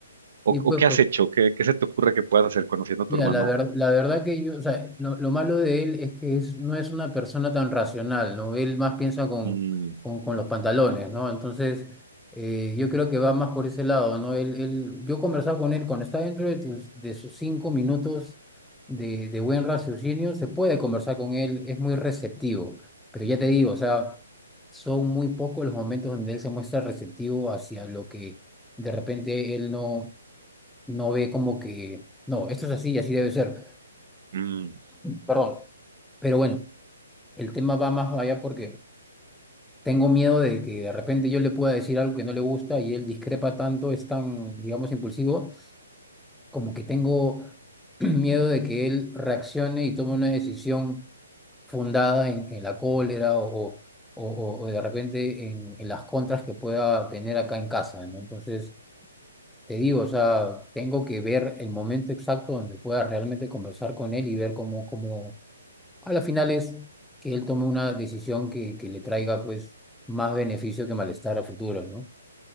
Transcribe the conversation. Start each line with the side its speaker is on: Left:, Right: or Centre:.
Right: ¿O,
Centre: Y pues,
Right: o qué has
Centre: pero-
Right: hecho? ¿Qué, qué se te ocurre que puedas hacer conociendo a
Centre: Mira,
Right: tu hermano?
Centre: la ver- la verdad que yo, o sea, lo, lo malo de él es que es, no es una persona tan racional, ¿no? Él más piensa con,
Right: Mm,
Centre: con, con los pantalones, ¿no? Entonces, eh, yo creo que va más por ese lado, ¿no? Él, él, yo conversaba con él, cuando está dentro de, tus- de sus cinco minutos de, de buen raciocinio, se puede conversar con él, es muy receptivo, pero ya te digo, o sea, son muy pocos los momentos donde él se muestra receptivo hacia lo que de repente él no no ve como que, no, esto es así y así debe ser.
Right: mm.
Centre: Perdón. Pero bueno, el tema va más allá porque tengo miedo de que de repente yo le pueda decir algo que no le gusta y él discrepa tanto, es tan, digamos, impulsivo, como que tengo <clears throat> miedo de que él reaccione y tome una decisión fundada en, en la cólera o, o, o- o de repente en, en las contras que pueda tener acá en casa, ¿no? Entonces... Te digo, o sea, tengo que ver el momento exacto donde pueda realmente conversar con él y ver cómo, cómo a la final es que él tome una decisión que, que le traiga pues más beneficio que malestar a futuro, ¿no?